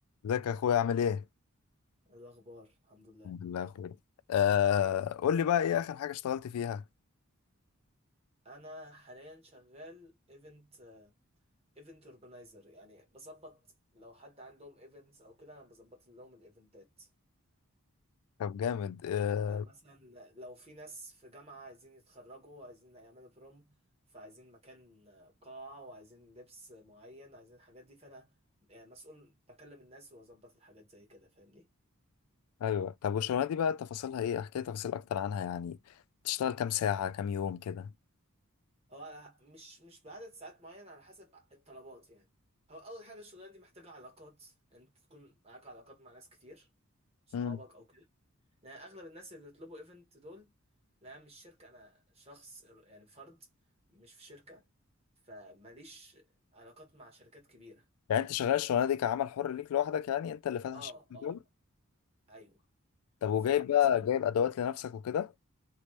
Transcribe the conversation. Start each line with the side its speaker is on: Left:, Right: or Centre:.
Left: ازيك يا اخويا عامل ايه؟
Right: إيه الأخبار الحمد لله
Left: الحمد لله يا اخويا آه قول لي بقى ايه اخر حاجة اشتغلت فيها؟
Right: أنا حاليا شغال ايفنت ايفنت اورجنايزر يعني بظبط لو حد عندهم ايفنتس أو كده أنا بظبط لهم الايفنتات
Left: طب جامد آه
Right: فمثلا لو في ناس في جامعة عايزين يتخرجوا وعايزين يعملوا بروم فعايزين مكان قاعة وعايزين لبس معين عايزين الحاجات دي فأنا يعني مسؤول بكلم الناس وأظبط الحاجات زي كده فاهمني
Left: ايوه طب والشغلانة دي بقى تفاصيلها ايه؟ احكي لي تفاصيل اكتر عنها يعني بتشتغل كام ساعة كام يوم كده؟
Right: هو على- مش مش بعدد ساعات معين على حسب الطلبات يعني هو اول حاجه الشغلانه دي محتاجه علاقات يعني انت تكون معاك علاقات مع ناس كتير صحابك
Left: امم
Right: او كده لان اغلب الناس اللي بيطلبوا ايفنت دول لا أنا مش شركه انا شخص يعني فرد مش في شركه فماليش علاقات مع شركات كبيره
Left: يعني انت شغال الشغلانة دي كعمل حر ليك لوحدك يعني انت اللي فاتح
Right: اه
Left: الشغل
Right: اه ايوه
Left: طب
Right: فمثلا
Left: وجايب بقى جايب ادوات لنفسك وكده؟